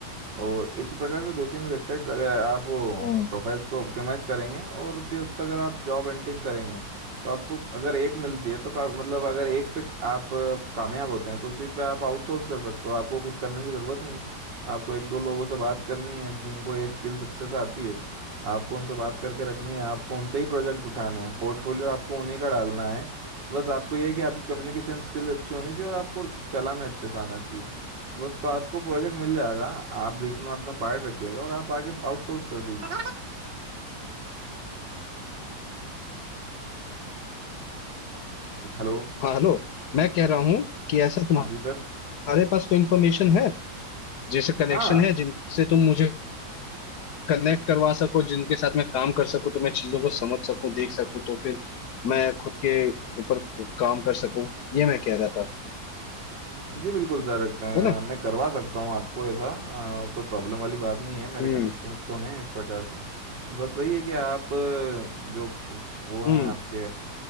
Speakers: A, on the right; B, on the left.
A: और इसी प्रकार से दो तीन वेबसाइट अगर आप वो
B: हम्म।
A: प्रोफाइल्स को ऑप्टिमाइज करेंगे और फिर उस पर अगर आप जॉब हंटिंग करेंगे तो आपको अगर एक मिलती है तो का, मतलब अगर एक पे आप अ, कामयाब होते हैं तो उसी पे आप आउटसोर्स कर सकते हो आपको खुद करने की ज़रूरत नहीं है आपको एक दो लोगों से बात करनी है जिनको ये स्किल्स अच्छे से आती हो आपको उनसे बात करके रखनी है आपको उनसे ही प्रोजेक्ट उठाने हैं पोर्टफोलियो आपको उन्हीं का डालना है बस आपको ये है कि आपकी कम्युनिकेशन स्किल्स अच्छी होनी चाहिए और आपको चलाना अच्छे से आना चाहिए बस तो आपको प्रोजेक्ट मिल जाएगा आप बीच में अपना पार्ट रखिएगा और आप आगे आउटसोर्स कर दीजिए हेलो
B: हाँ हेलो मैं कह रहा हूँ कि ऐसा तुम्हारे
A: हाँ जी सर
B: पास कोई इंफॉर्मेशन है जैसे कनेक्शन
A: हाँ
B: है जिनसे तुम मुझे कनेक्ट करवा सको जिनके साथ मैं काम कर सकूं तो मैं चीजों को समझ सकूं देख सकूं तो फिर मैं खुद के ऊपर काम कर सकूं ये मैं कह रहा था
A: जी बिल्कुल सर अ,
B: है ना
A: मैं करवा सकता हूँ आपको ऐसा अ, कोई प्रॉब्लम वाली बात नहीं है मेरे
B: हम्म
A: कनेक्शंस तो हैं इस प्रकार से बस वही है कि आप अ, जो वो हैं
B: हम्म
A: आपके